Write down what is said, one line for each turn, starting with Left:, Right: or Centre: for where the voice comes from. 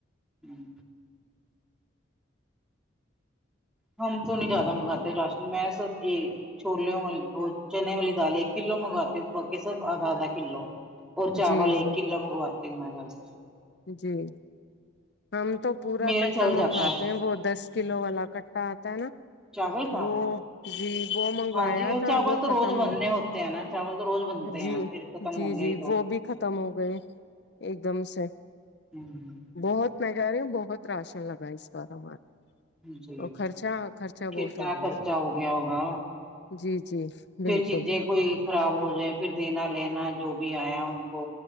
Centre: ہوں ہم تو نہیں زیادہ منگاتے راشن میں سب یہ چھولے والی چنے والی دال ایک کلو منگواتی باقی سب آدھا آدھا کلو اور چاول
Left: جی جی
Centre: ایک کلو منگواتی ہوں میں بس
Left: جی ہم تو پورا
Centre: میرا
Left: کٹا
Centre: چل جاتا
Left: منگواتے
Centre: ہے
Left: ہیں وہ دس کلو والا کٹا آتا ہے نا
Centre: چاول کا
Left: وہ جی وہ منگوایا
Centre: ہاں جی
Left: تھا
Centre: چاول
Left: وہ
Centre: تو
Left: ختم
Centre: روز بننے
Left: ہو
Centre: ہوتے ہیں نا چاول تو روز بنتے
Left: جی
Centre: ہیں پھر ختم
Left: جی
Centre: ہوں گے
Left: جی
Centre: ہی تو
Left: وہ بھی ختم ہو گئے ایک دم سے
Centre: ہوں
Left: بہت میں کہ رہی ہو بہت راشن لگا اس بار ہمارے
Centre: جی
Left: اور خرچا خرچا
Centre: کتنا
Left: بہت ہو گیا
Centre: خرچہ ہو گیا ہوگا
Left: جی جی
Centre: پھر
Left: بالکل
Centre: چیزیں کوئی خراب ہو جائے پھر دینا لینا جو بھی آیا ان کو